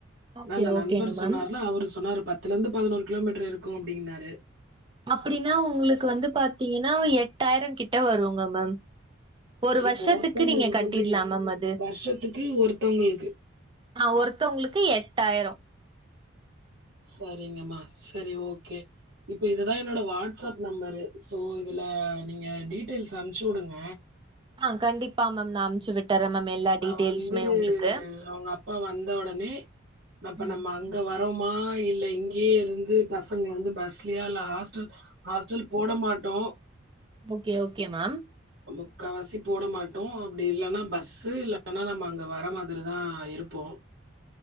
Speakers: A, on the right (about 25°); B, on the right (about 55°).
A: ஓகே
B: நா இந்த
A: ஓகேங்க
B: நண்பர்
A: மேம்
B: சொன்னார்னு அவரு சொன்னாரு பத்துலருந்து பதினோரு கிலோமீட்ரு இருக்கு அப்டின்னாரு
A: அப்டின்னா உங்ளுக்கு வந்து பாத்தீங்கன்னா எட்டாயிர கிட்ட வருங்க மேம் ஒரு வருஷத்துக்கு
B: இப்போ ஒருத்தவங்களுக்கு
A: நீங்க கட்டிட்லா
B: சொல்றீங்க
A: மேம் அது
B: வருஷத்துக்கு ஒருத்தவங்களுக்கு
A: ஆ ஒருத்தவங்ளுக்கு எட்டாயிரோ
B: சரிங்கம்மா சரி ஓகே இப்ப இதுதா என்னோட வாட்சப் நம்பரு சோ இதுல நீங்க டீடெய்ல்ஸ் அமுச்சு வுடுங்க
A: ஆ கண்டிப்பா மேம் நா அமுச்சு விட் டறே மேம் எல்லா
B: நா
A: டீட்டெயில்ஸுமே
B: வந்து
A: உங்களுக்கு.
B: அவுங்க அப்பா வந்த ஒடனே அப்ப
A: ம்.
B: நம்ம அங் வரோமா இல்ல இங்கயே இருந்து பசங்க வந்து பஸ்லயா இல்ல ஹாஸ்டல் ஹாஸ்டல் போட மாட்டோ
A: ஓகே ஓகே மேம்
B: முக்காவாசி போட மாட்டோ அப்டி இல்லனா பஸ்ஸு இல்லனா நம்ம அங்க வர மாரி தா இருப்போ